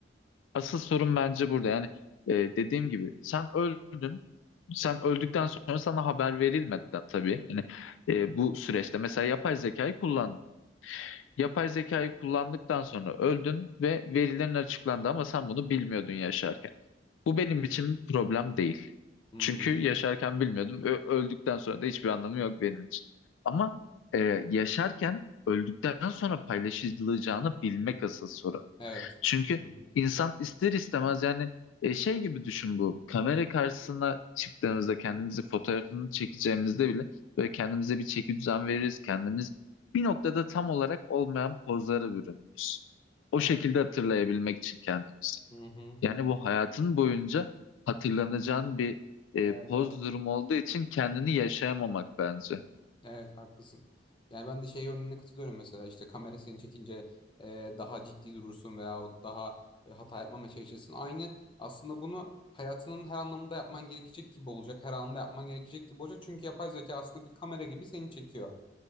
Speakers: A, on the left (about 85°); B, on the left (about 25°).
A: Asıl sorun bence burada. Yani e, dediğim gibi sen öldün. Sen öldükten sonra sana haber verilmeden tabii. Yani e, bu süreçte mesela yapay zekayı kullandın. Yapay zekayı kullandıktan sonra öldün ve verilerin açıklandı ama sen bunu bilmiyordun yaşarken. Bu benim için bir problem değil.
B: Hmm.
A: Çünkü yaşarken bilmiyordum. Ö- öldükten sonra da hiçbir anlamı yok benim için. Ama e, yaşarken öldükten sonra paylaşılacağını bilmek asıl sorun.
B: Evet.
A: Çünkü
B: Hı hı.
A: insan ister istemez yani e, şey gibi düşün bu. Kamera karşısına çıktığımızda kendimizi fotoğrafını çekeceğimizde bile böyle kendimize bir çeki düzen veririz. Kendimiz bir noktada tam olarak olmayan pozlara bürünürüz. O
B: Evet.
A: şekilde hatırlayabilmek için kendimizi.
B: Hı hı.
A: Yani bu hayatın boyunca hatırlanacağın bir e,
B: Evet
A: poz
B: evet.
A: durumu olduğu için kendini yaşayamamak bence.
B: Evet haklısın. Yani ben de şey örneğine katılıyorum mesela işte kamerasını çekince e, daha ciddi durursun veyahut daha e, hata yapmamaya çalışırsın. Aynı aslında bunu hayatının her anlamında yapman gerekecek gibi olacak. Her anında yapman gerekecek gibi olacak. Çünkü yapay zeka aslında bir kamera gibi seni çekiyor.